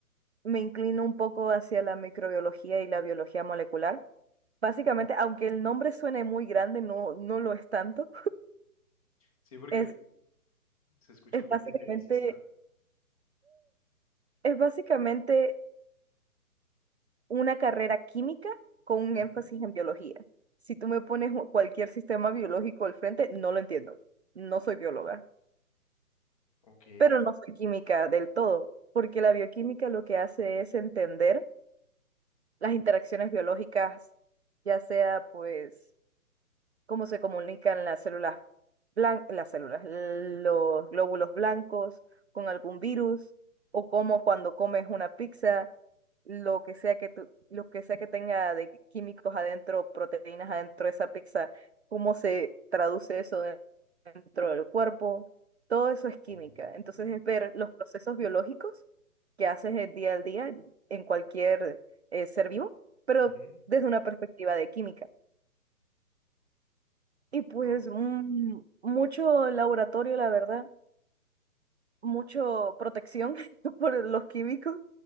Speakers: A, on the right (about 50°); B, on the left (about 25°).
A: me inclino un poco hacia la microbiología y la biología molecular. Básicamente, aunque el nombre suene muy grande, no, no lo es tanto.
B: Sí, porque
A: Es,
B: se escucha
A: es
B: muy
A: básicamente,
B: cientificista.
A: es básicamente una carrera química con un
B: Ujú.
A: énfasis en biología. Si tú me pones cualquier sistema biológico al frente, no lo entiendo. No soy bióloga.
B: Ok.
A: pero no fue química del todo, porque la bioquímica lo que hace es entender las interacciones biológicas, ya sea pues cómo se comunican las células blan- las células, los glóbulos blancos con algún virus, o cómo cuando comes una pizza, lo que sea que tú- lo que sea que tenga de químicos adentro, proteínas adentro de esa pizza, cómo se traduce eso dentro del cuerpo, todo eso es química.
B: Oh,
A: Entonces es ver los procesos biológicos que haces el día al día en cualquier eh, ser vivo, pero
B: ujú.
A: desde una perspectiva de química. Y pues
B: Va.
A: mm, mucho laboratorio, la verdad, mucho protección <laughs> por los químicos